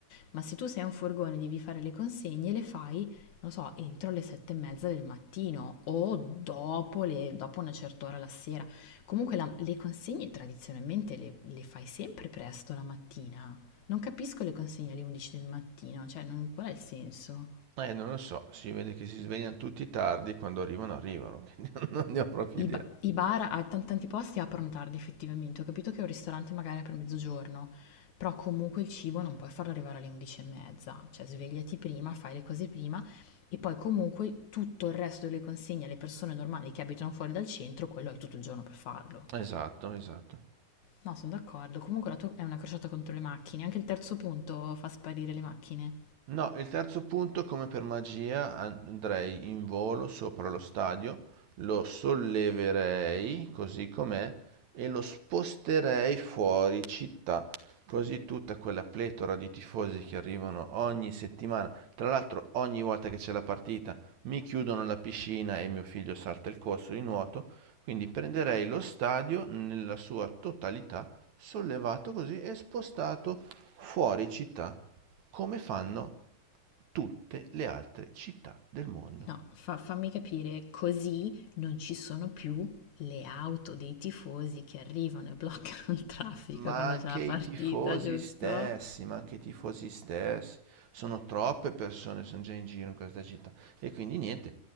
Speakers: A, on the left; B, on the right.
A: ma se tu sei un furgone e devi fare le consegne, le fai non so, entro le sette e mezza del mattino o dopo, le- dopo una certa ora la sera. Comunque la- le consegne tradizionalmente le, le fai sempre presto la mattina. Non capisco le consegne alle 11 del mattino, cioè non- qual è il senso?
B: Eh, non lo so, si vede che si svegliano tutti tardi, e quando arrivano arrivano, <laughs> che non ne ho proprio
A: I,
B: idea.
A: ba- i bar a tan- tanti posti aprono tardi effettivamente, ho capito che un ristorante magari apre a mezzogiorno, però comunque il cibo non puoi farlo arrivare alle 11 e mezza, cioè svegliati prima, fai le cose prima e poi comunque tutto il resto delle consegne alle persone normali che abitano fuori dal centro, quello hai tutto il giorno per farlo.
B: Esatto, esatto.
A: No, sono d'accordo, comunque la tua è una crociata contro le macchine, anche il terzo punto fa sparire le macchine.
B: No, il terzo punto, come per magia, andrei in volo sopra lo stadio, lo solleverei così com'è e lo sposterei fuori città. Così tutta quella pletora di tifosi che arrivano ogni settimana, tra l'altro ogni volta che c'è la partita, mi chiudono la piscina e mio figlio salta il corso di nuoto, quindi prenderei lo stadio nella sua totalità sollevato così e spostato fuori città, come fanno tutte le altre città del mondo.
A: No, fa- fammi capire, così non ci sono più le auto dei tifosi che arrivano e bloccano il traffico
B: Ma
A: quando
B: anche
A: c'è la
B: i
A: partita,
B: tifosi
A: giusto?
B: stessi, ma anche i tifosi stessi, sono troppe persone, sono già in giro in questa città. E quindi niente,